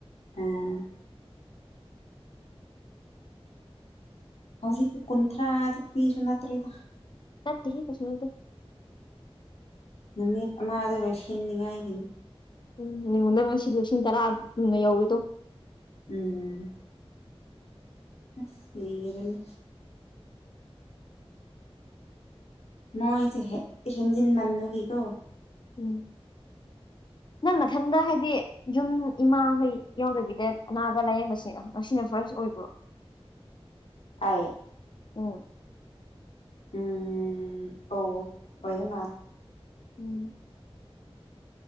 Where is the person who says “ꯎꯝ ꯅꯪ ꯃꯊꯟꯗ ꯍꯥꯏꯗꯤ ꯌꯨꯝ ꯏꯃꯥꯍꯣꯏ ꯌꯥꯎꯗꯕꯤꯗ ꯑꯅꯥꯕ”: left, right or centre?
Left